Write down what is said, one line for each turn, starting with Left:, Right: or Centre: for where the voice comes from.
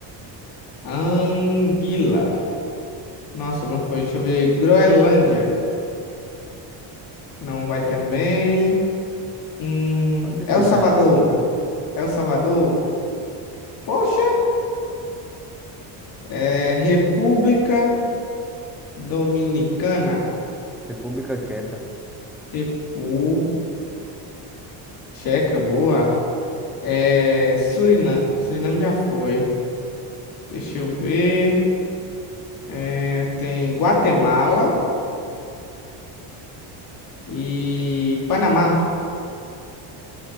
Left: Anguila. Nossa, não foi. Deixa eu ver. Groenlândia. Não vai também. Hum...
Centre: Pode difícil
Left: El Salvador.
Centre: aí pra tu, né?
Left: El Salvador. Poxa. É, República Dominicana.
Centre: República Tcheca.
Left: República Tcheca, boa. É, Suriname, Suriname já foi. Deixa eu ver. É, tem Guatemala e Panamá.